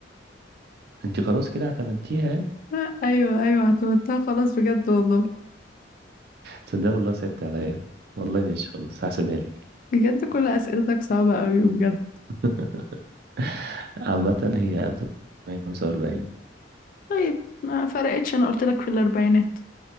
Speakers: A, on the right; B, on the left.
A: انت خلاص كده اعتمدتيها
B: <laughs> آه، ايوه ايوه اعتمدتها خلاص بجد والله
A: تصدق والله سبت عليا والله ماشي خلاص هحسبها لك
B: بجد كل اسئلتك صعبة قوي بجد
A: <laughs> عامة هي 1945
B: طيب ما فرقتش انا قلت لك في الاربعينات